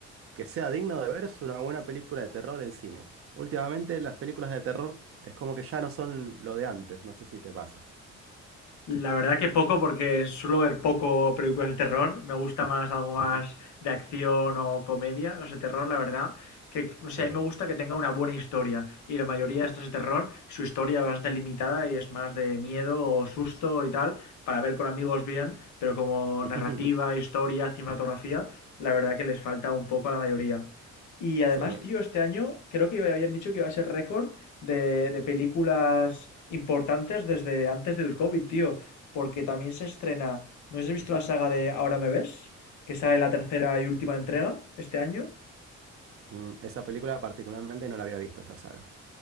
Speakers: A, on the right; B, on the left.
A: que sea digno de ver es una buena película de terror en cine. Últimamente las películas de terror es como que ya no son lo de antes, no sé si te pasa.
B: La verdad que poco, porque suelo ver poco películas de terror. Me gusta más algo más
A: Sí.
B: de acción o comedia, las de terror, la verdad. Que, no sé,
A: Sí,
B: a mí me gusta que tenga una buena historia. Y la mayoría de estas de terror, su historia es bastante limitada y es más de miedo o susto y tal, para ver con amigos bien, pero como
A: <laughs>
B: narrativa, historia, cinematografía, la verdad que les falta un poco a la mayoría. Y además,
A: sí.
B: tío, este año creo que habían dicho que iba a ser récord de, de películas importantes desde antes del COVID, tío. Porque también se estrena. ¿No habéis visto la saga de Ahora me ves? Que sale la tercera y última entrega este año.
A: Mm, Esa película particularmente no la había visto, esa saga.